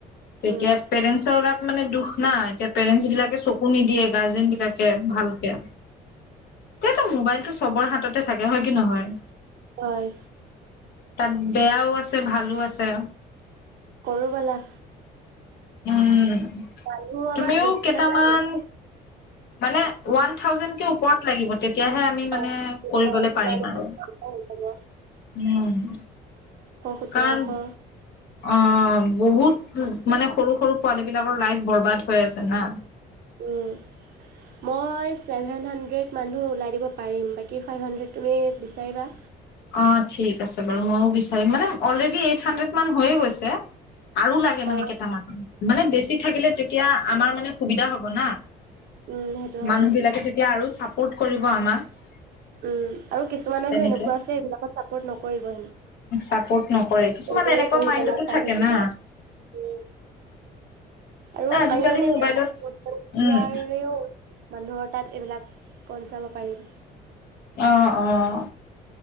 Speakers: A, on the left; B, on the right.
A: তেতিয়া
B: উম
A: পেৰেণ্টছৰ গাত মানে দুখ নাই। এতিয়া পেৰেন্ট বিলাকে চকু নিদিয়ে গাৰ্জেন বিলাকে ভালকে। এতিয়াতো মোবাইলতটো চবৰ হাততে থাকে, হয় কি নহয়?
B: হয়।
A: তাত বেয়াও আছে ভালো আছে।
B: কৰোঁ বলা।
A: উম।
B: মানুহ আমাক
A: তুমিও
B: বেছি
A: কেইটামান,
B: নালাগে
A: মানে ওৱান থাউজেণ্ড কে ওপৰত লাগিব তেতিয়াহে
B: অ কিমান
A: কৰিবলে পাৰিম আৰু।
B: মানুহ হ'ব?
A: উম।
B: হুতৰ
A: কাৰণ
B: শ।
A: অ বহুত মানে সৰু-সৰু পোৱালী বিলাকৰ লাইফ বৰবাদ হৈ আছে না।
B: উম, মই ছেভেন হাণ্ড্ৰেড মানুহ ওলাই দিব পাৰিম, বাকী ফাইভ হাণ্ড্ৰেড তুমি বিচাৰিবা।
A: অ ঠিক আছে বাৰু ময়ো বিচাৰিম, মানে অলৰেডি এইট হাণ্ড্ৰেড মান হৈয়ে গৈছে। আৰু লাগে মানে
B: অ
A: কেইটামান, মানে বেছি থাকিলে তেতিয়া আমাৰ মানে সুবিধা হ'ব না।
B: উম সেইটো হয়
A: মানুহ বিলাকে তেতিয়া আৰু চাপ পৰ্ত কৰিব আমাক।
B: উম আৰু কিছুমান মানুহ
A: তেনেকে
B: এনেকুৱা আছে এইবিলাকত চাপৰ্ট নকৰিব
A: চাপৰ্ট নকৰে কিছুমান
B: এনেই
A: এনেকুৱা
B: বহি
A: মাইণ্ডতো
B: পেলাই চাই
A: থাকে
B: থাকিব
A: না?
B: উম আৰু
A: আজিকালি
B: আমি মানে
A: মোবাইলত,
B: এতিয়া ছচিয়েল মিডিয়াৰেও
A: উম
B: মানুহৰ তাত এইবিলাক পঞ্চাব পাৰিম।
A: অঁ অঁ